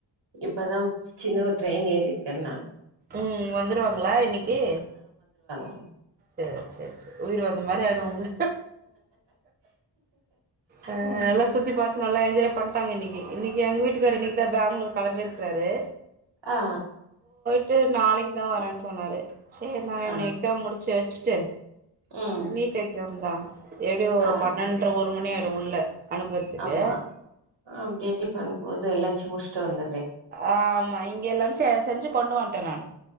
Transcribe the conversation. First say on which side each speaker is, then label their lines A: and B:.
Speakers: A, on the right; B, on the right.
A: இப்பதா சின்னவ ட்ரெயின் ஏறிருக்கன்னா
B: ம் வந்துருவாங்ளா இன்னிக்கி
A: ம்
B: சேர் சேர் சேரி உயிர் வந்த மாரி ஆய்டு உ அ
A: ஆ
B: நல்லா சுத்தி பாத்து நல்லா என்ஜாய் பண்ட்டாங்க இன்னிக்கி இன்னிக்கி எங்க வீட்டுகார் இன்னிக்கிதா பேங்ளூர் கெளம்பிருக்றாரு
A: அ ஆ
B: ட்டு நாளைக்கிதா வரேன்னு சொன்னாரு செரி நா
A: ஆ
B: இவனு எக்ஸாம் முடிச்சு வச் ஸ்ட்டு
A: ம்
B: நீட் எக்ஸாம் தா எப்டி ஒரு
A: ஆ
B: பன்னெண்ற ஒரு மணி ஆயிடு உள்ள அனுப்புறதுக்கு
A: ஆமா அப்டியே டிஃபன் போது லஞ்சு முடுச்சுட் ட்டு வந்த
B: ஆ ஆமா இங்க லன்ச செஞ்சு கொண்டு வன்ட் ட்டே நானு